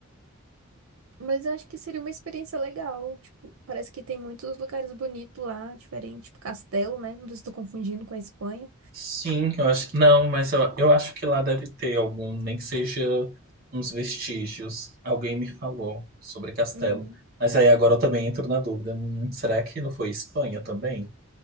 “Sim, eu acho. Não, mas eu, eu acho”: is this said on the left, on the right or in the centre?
Right